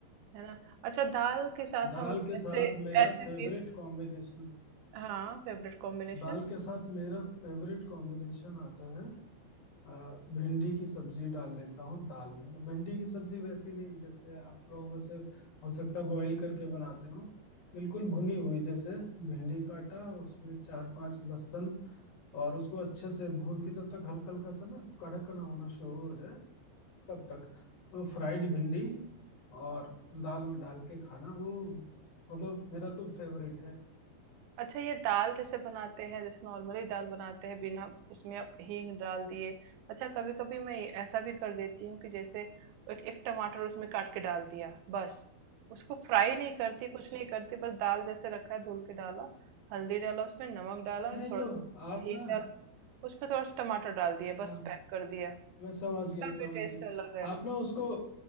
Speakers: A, on the right; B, on the left.
A: है ना अच्छा दाल के साथ
B: दाल
A: हम लोग
B: के साथ
A: ऐसे
B: मेरा
A: ऐसे
B: फेवरेट
A: भी
B: कॉम्बिनेशन
A: हाँ फेवरेट कॉम्बिनेशन
B: दाल के साथ मेरा फेवरेट कॉम्बिनेशन आता है आ, भिंडी की सब्जी डाल लेता हूँ दाल में भिंडी की सब्जी वैसी नहीं जैसे आप लोग वैसे हो सकता है बॉईल करके बनाते हो बिल्कुल भुनी हुई जैसे भिंडी काटा उसमें चार पांच लहसुन और उसको अच्छे से भून के जब तक हल्का हल्का सा ना कड़क ना होना शुरू हो जाए तब तक तो फ्राइड भिंडी और दाल में डाल के खाना वो मतलब मेरा तो फेवरेट है
A: अच्छा ये दाल जैसे बनाते हैं जैसे नॉर्मली दाल बनाते हैं बिना उसमें आप हींग डाल दिए अच्छा कभी कभी मैं ये ऐसा भी कर देती हूँ कि जैसे एक, एक टमाटर उसमें काट के डाल दिया बस उसको फ्राई नहीं करती कुछ नहीं करती बस दाल जैसे रखा है धुल के डाला हल्दी डाला उसमें नमक डाला
B: नहीं
A: थोड़ा
B: तो
A: सा
B: आप
A: हींग
B: ना
A: डाला उसमें थोड़ा सा टमाटर डाल दिया
B: हाँ
A: बस पैक कर दिया
B: मैं समझ
A: उसका
B: गया
A: भी
B: समझ
A: टेस्ट
B: गया
A: अलग है
B: आप ना उसको